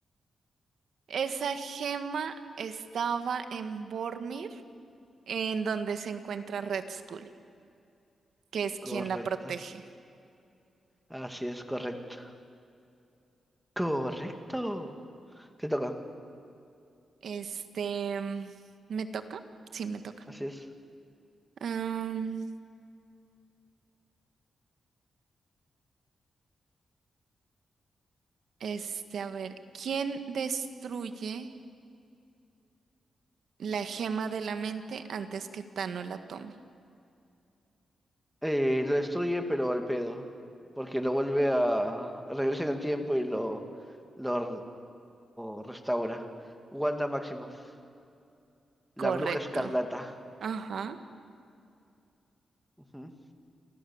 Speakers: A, on the right; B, in the centre.
A: Esa gema estaba en Vormir, en donde se encuentra Red Skull. que es
B: Correcto.
A: quien la protege.
B: Así es, correcto. Correcto. Te toca.
A: Este, mm, ¿me toca? Sí, me toca.
B: Así es.
A: Am, este, a ver, ¿quién destruye la gema de la mente antes que Tano la tome?
B: Eh, lo destruye, pero al pedo. Porque lo vuelve a... Regresa en el tiempo y lo, lo, lo restaura. Wanda Maximoff.
A: Correcto.
B: La bruja escarlata.
A: Ajá.
B: Ujú.